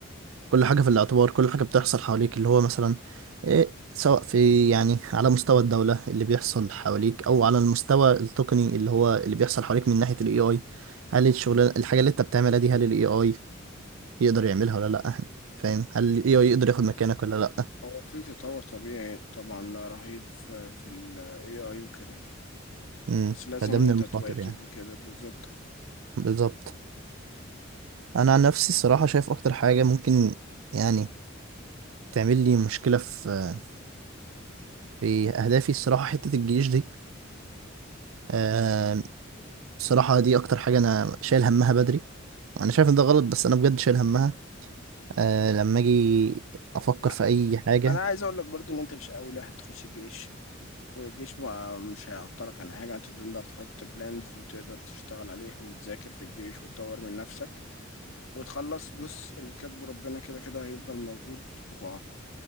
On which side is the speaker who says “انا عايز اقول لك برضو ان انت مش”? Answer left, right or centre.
Left